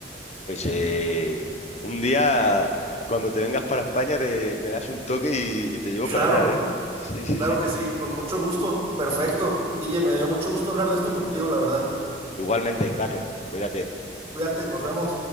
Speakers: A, on the left; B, on the right.
A: Pues eh, un día, cuando te vengas para España, te, me das un toque y, y te llevo
B: Claro,
A: para allá, ¿eh? Sí, sí,
B: claro
A: sí.
B: que sí, con mucho gusto. Perfecto. Guille, me dio mucho gusto hablar de esto contigo, la verdad.
A: Igualmente, Carlos, cuídate.
B: Cuídate, nos vemos.